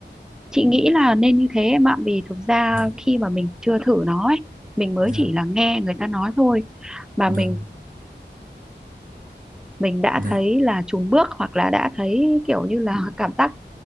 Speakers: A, in the centre; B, on the right (about 45°).
A: chị nghĩ là nên như thế em ạ vì thực ra
B: dạ
A: khi mà mình chưa thử nó ấy mình mới
B: dạ
A: chỉ là nghe người ta nói thôi mà
B: vâng
A: mình mình đã
B: dạ
A: thấy là chùn bước hoặc là đã thấy kiểu như là cảm giác